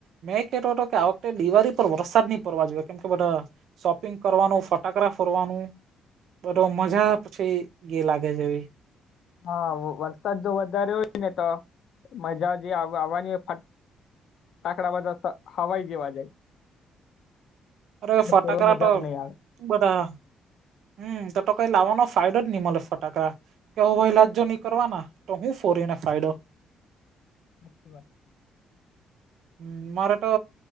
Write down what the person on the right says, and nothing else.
મેં કેતો તો કે આ વખતે દિવાળી પર વરસાદ નહી પડવા જોએ કેમ કે બધા શોપિંગ કરવાનું, ફટાકડા ફોડવાનું. બધો મજા પછી ગે લાગે જેવી.
અરે
ફટાકડા
તો
બધા હમ તો તો કઈ લાવવાનો ફાયદો જ ની મલે ફટાકડા. કે હવાઈલા જ જો નિકરવાના કરવાના તો હું ફોરીને ફાયદો.
હમ મારે તો